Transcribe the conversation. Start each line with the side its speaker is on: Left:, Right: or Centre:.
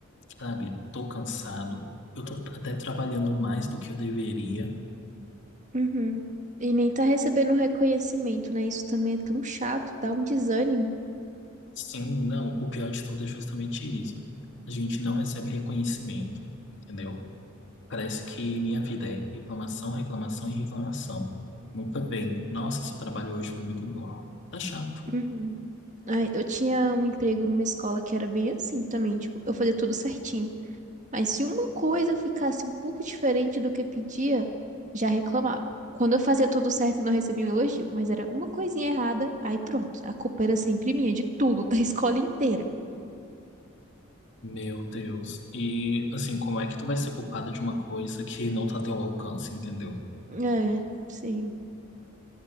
Left: sabe? Tô cansado. Eu tô até trabalhando mais do que eu deveria.
Right: Uhum. E nem tá recebendo reconhecimento, né? Isso também é tão chato, dá um desânimo.
Left: Sim, não, o pior de tudo é justamente isso. A gente não recebe reconhecimento, entendeu? Parece que minha vida é reclamação, reclamação e reclamação. Nunca vem. Nossa, seu trabalho hoje foi muito bom. Tá chato.
Right: Uhum. Ai, eu tinha um emprego numa escola que era bem assim também, tipo, eu fazia tudo certinho. Mas se uma coisa ficasse um pouco diferente do que pedia, já reclamava. Quando eu fazia tudo certo, não recebia um elogio, mas era uma coisinha errada, aí pronto, a culpa era sempre minha, de tudo, <laughs> da escola inteira.
Left: Meu Deus. E assim, como é que tu vai ser culpada de uma coisa que não tá a teu alcance, entendeu?
Right: É, sim.